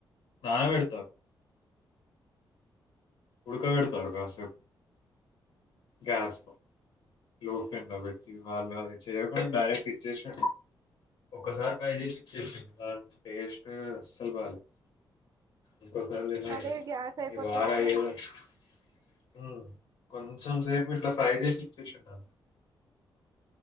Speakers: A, on the left; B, on the right.
A: నాన పెడతారు ఉడుకా పెడతారు కాసేపు గ్యాస్ లో లో ఫేమ్ లో పెట్టి వాళ్లు చెయ కూడా డైరెక్ట్ ఇచ్చేసా ఒసారి ట్రై ఇచ్చేసింది టేస్ట్ అస్సలు బాలే ఒక్కసారి
B: అదే గ్యాస్ అయిపోతుందని
A: ఊ కొంత కొంచం సేపు ఇట్లా ఫ్రై చేసేసి ఇచ్చేసిండు